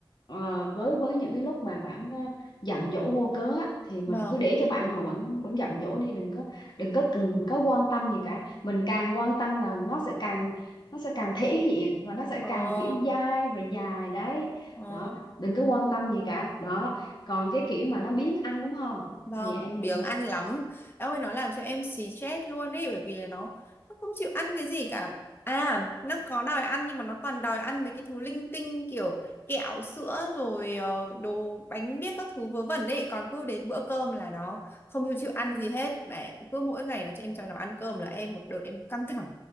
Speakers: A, on the left; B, on the left.
A: Ờ, với với những cái lúc mà bạn ờ, giận dỗi vô cớ á, thì mình
B: vâng
A: cứ để cho bạn ngồi bạn bạn giận dỗi đi đừng có đừng có cần có quan tâm gì cả mình càng quan tâm là nó sẽ càng nó sẽ càng thể hiện và nó sẽ
B: ờ
A: càng kiểu dai và dài đấy
B: ờ
A: đó đừng có quan tâm gì cả đó còn cái kiểu mà nó biếng ăn đúng không
B: Vâng,
A: thì em
B: biếng ăn lắm. Em ơi, nó làm cho em xì chết luôn ý, bởi vì là nó nó không chịu ăn cái gì cả. À, nó có đòi ăn nhưng mà nó toàn đòi ăn mấy cái thứ linh tinh kiểu kẹo, sữa rồi ờ, đồ bánh biếc các thứ vớ vẩn ấy. Còn cứ đến bữa cơm là nó không chịu chịu ăn gì hết. Mẹ cứ mỗi ngày nó cho em cho nó ăn cơm là em một đợt em căng thẳng.